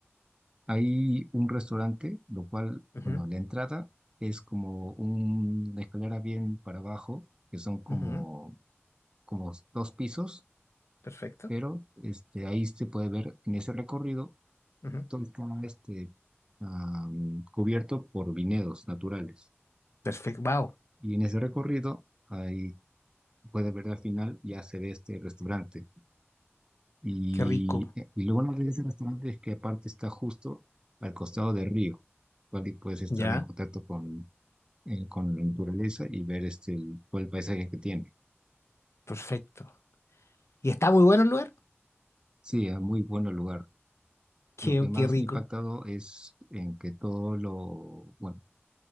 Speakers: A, on the right; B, on the left.
A: hay un restaurante, lo cual,
B: Ujú,
A: bueno, la entrada es como un- una escalera bien para abajo, que son como,
B: ujú,
A: como dos pisos
B: Perfecto.
A: pero este, ahí se puede ver en ese recorrido
B: ujú.
A: todo está este, am, cubierto por viñedos naturales.
B: Perfecto. Wow,
A: Y en ese recorrido, ahí puede ver al final, ya se ve este restaurante. Y,
B: qué rico.
A: eh, y lo bueno de ese restaurante es que aparte está justo al costado del río, cual y puedes estar
B: Ya,
A: en contacto con, eh, con la naturaleza y ver este, el, todo el paisaje que tiene.
B: perfecto. ¿Y está muy bueno el lugar?
A: Sí, es muy buen lugar.
B: Qué,
A: Lo que más
B: qué rico.
A: me ha impactado es en que todo lo, bueno,